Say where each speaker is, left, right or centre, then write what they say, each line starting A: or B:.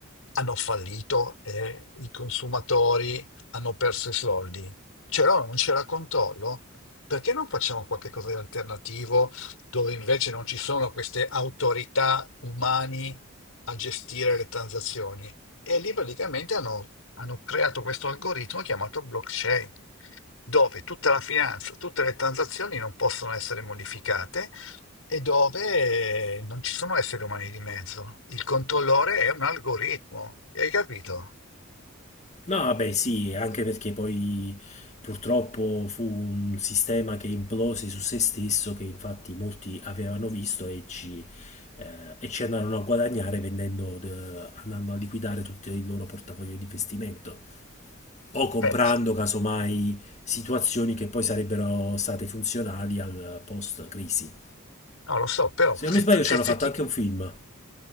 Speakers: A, on the left; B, on the left.
A: hanno fallito e i consumatori hanno perso i soldi? C'era o non c'era controllo? Perché non facciamo qualche cosa di alternativo dove invece non ci sono queste autorità umane a gestire le transazioni? E lì praticamente hanno, hanno creato questo algoritmo chiamato blockchain, dove tutta la finanza, tutte le transazioni non possono essere modificate e dove eh, non ci sono esseri umani di mezzo. Il controllore è un algoritmo, hai capito?
B: No, vabbè, sì, anche perché poi purtroppo fu un sistema che implose su se stesso, che infatti molti avevano visto e ci, eh, e ci andarono a guadagnare vendendo, de- andando a liquidare tutto il loro portafoglio di investimento o comprando
A: Eh, s-
B: casomai situazioni che poi sarebbero state funzionali al post-crisi.
A: no, lo so, però
B: Se
A: se
B: non mi sbaglio,
A: tu, se,
B: ci hanno
A: se
B: fatto
A: ti,
B: anche un film.